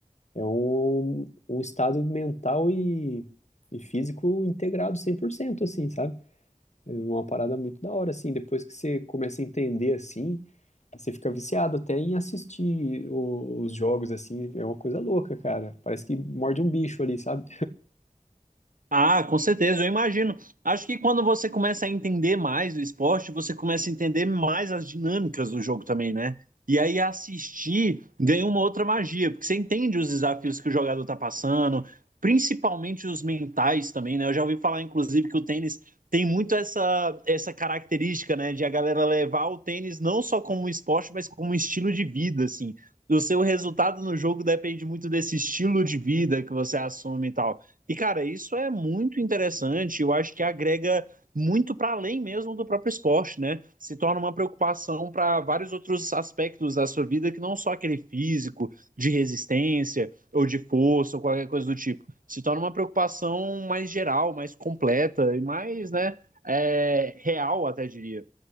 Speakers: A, on the left; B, on the right.
A: É um, um estado mental e, e físico integrado 100% assim, sabe? É uma parada muito da hora, assim. Depois que você começa a entender, assim, você fica viciado até em assistir o- os jogos, assim. É uma coisa louca, cara. Parece que morde um bicho ali, sabe?
B: Ah, com certeza, eu imagino. Acho que quando você começa a entender mais o esporte, você começa a entender mais as dinâmicas do jogo também, né? E aí assistir ganha uma outra magia, porque você entende os desafios que o jogador tá passando, principalmente os mentais também, né? Eu já ouvi falar, inclusive, que o tênis tem muito essa, essa característica, né, de a galera levar o tênis não só como um esporte, mas como um estilo de vida, assim. O seu resultado no jogo depende muito desse estilo de vida que você assume e tal. E, cara, isso é muito interessante. Eu acho que agrega muito para além mesmo do próprio esporte, né? Se torna uma preocupação para vários outros aspectos da sua vida que não só aquele físico, de resistência ou de força ou qualquer coisa do tipo. Se torna uma preocupação mais geral, mais completa e mais, né, é, real, até diria.